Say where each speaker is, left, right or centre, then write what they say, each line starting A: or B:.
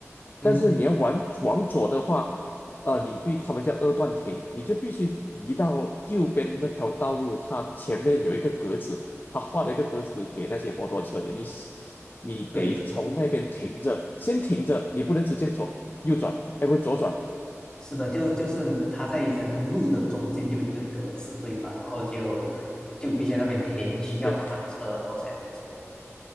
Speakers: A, on the left; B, on the left.
A: 嗯，
B: 但是你要往往左的话，呃，你必他们叫二段停，你就必须移到右边那条道路，它前面有一个格子，它画了一个格子给那些摩托车的，你你得从那边停着，
A: 对，
B: 先停着，你不能直接左右转，哎，不是左转，
A: 是的，就就是它在好像路的中间就有一个格子，对吧？然后就就必须在那边停，去要看车，
B: 对
A: 然后才能走。